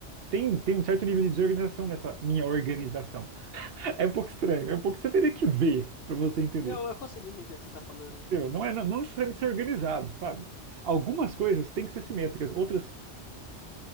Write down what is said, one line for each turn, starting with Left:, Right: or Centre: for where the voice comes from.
Right: Tem, tem um certo nível de desorganização nessa minha organização. <laughs> É um pouco estranho, é um pouco. Você teria que ver para você entender.
Left: Não, eu consigo entender o que você tá falando.
Right: Entendeu? Não
Left: Hum,
Right: é não não necessariamente ser organizado, sabe? Algumas coisas têm que ser simétricas, outras